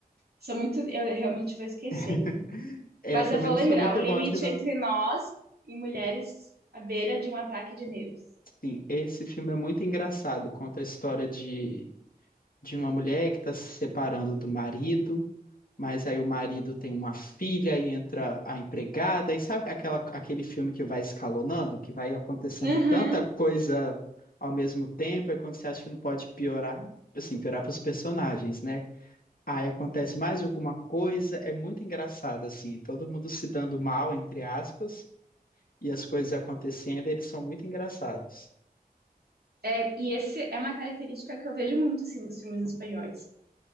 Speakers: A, on the right; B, on the left.
A: Sou muito, eu realmente vou esquecendo.
B: <laughs> É,
A: Mas
B: eu também
A: eu vou
B: não
A: lembrar,
B: sou muito
A: O Limite
B: bom de. no-
A: Entre Nós e Mulheres à Beira de um Ataque de Nervos.
B: Sim, esse filme é muito engraçado. Conta a história de, de uma mulher que está se separando do marido, mas aí o marido tem uma filha e entra a empregada. E sabe aquela, aquele filme que vai escalonando, que vai acontecendo
A: Uhum.
B: tanta coisa ao mesmo tempo, e quando você acha que não pode piorar, assim, piorar para os personagens, né? Aí acontece mais alguma coisa, é muito engraçado, assim, todo mundo se dando mal, entre aspas, e as coisas acontecendo, eles são muito engraçados.
A: É, e esse é uma característica que eu vejo muito assim, nos filmes espanhóis.